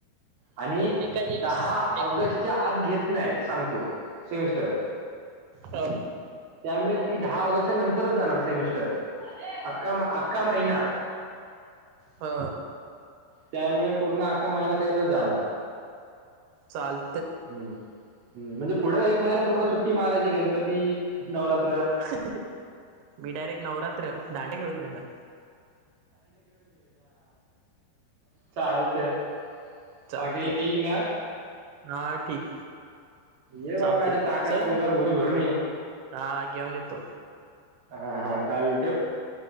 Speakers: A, on the right; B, on the right.
A: आणि
B: ते काही एक
A: दहा
B: एक
A: ऑगस्ट. आज घेत नाही सांगतो सेमिस्टर
B: अ,
A: त्यामुळे ती दहा ऑगस्टच्या नंतरच जाणार सेमिस्टर अक्का म अका महिना
B: हा
A: त्यामुळे पूर्ण आका महिन्यात येतच जाणार
B: चाल
A: हम हम म्हणजे पुढं एक महिना पूर्ण सुट्टी महाराजी गणपती नवरात
B: <unintelligible> मी डायरेक्ट नवरात्र दांडे खेळून त्याला
A: चालतय
B: चालतंय
A: बाकी ठीक ना
B: हा ठीक
A: ये बाबा
B: चालतंय
A: काय ते टाक
B: चल
A: बिकळ
B: मग
A: गोणी भरून ये
B: हा घेऊन येतो
A: हा हा ल